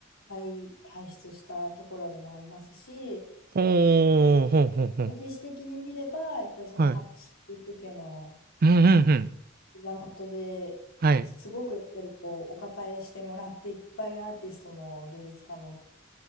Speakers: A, on the left; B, on the right.
A: 輩輩出したところでもありますし、
B: ほー、ほんほんほん。
A: 歴史的に見れば、やっぱりそのハプスブルク家の
B: はい。うんうんうん。
A: 膝元ですごくやっぱりこうお抱えしてもらっていっぱいアーティストも芸術家も
B: はい。